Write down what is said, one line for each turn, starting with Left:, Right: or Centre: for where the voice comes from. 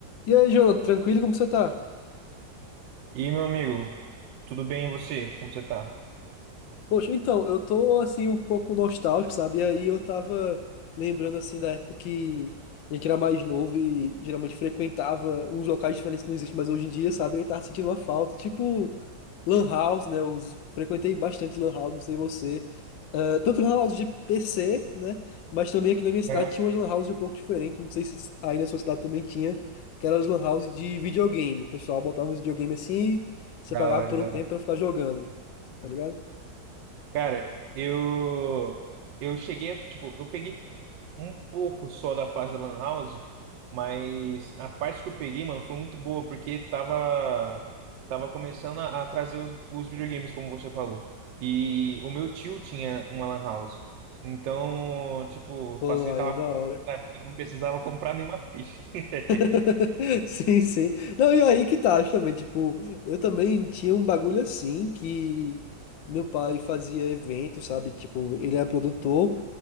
Left: E aí, Jonathan, tranquilo? Como você tá?
Right: E aí, meu amigo, tudo bem e você? Como você tá?
Left: Poxa, então, eu tô assim um pouco nostálgico, sabe? E aí eu tava lembrando assim da época que a gente era mais novo e geralmente frequentava uns locais diferentes que não existem mais hoje em dia, sabe? E aí tava sentindo uma falta, tipo Lan House, né? Eu frequentei bastante Lan House, não sei você. Ah, tanto Lan House de PC, né? Mas também aqui na minha cidade
Right: Aham.
Left: tinha umas Lan House um pouco diferentes, não sei se aí na sua cidade também tinha, que eram as Lan House de videogame. O pessoal botava um videogame assim, você
Right: Da
Left: pagava
Right: hora,
Left: por
Right: da
Left: um tempo
Right: hora.
Left: pra ficar jogando, tá ligado?
Right: Cara, eu eu cheguei, tipo, eu peguei um pouco só da fase da Lan House, mas a parte que eu peguei, mano, foi muito boa, porque tava, tava começando a, a trazer os, os videogames, como você falou. E o meu tio tinha uma Lan House. Então, tipo,
Left: Pô,
Right: facilitava,
Left: aí é da hora.
Right: né, porque eu não precisava comprar nenhuma ficha. <laughs>
Left: <laughs> Sim, sim. Não, e aí que tá, justamente, tipo, eu também tinha um bagulho assim que meu pai fazia evento, sabe? Tipo, ele é produtor,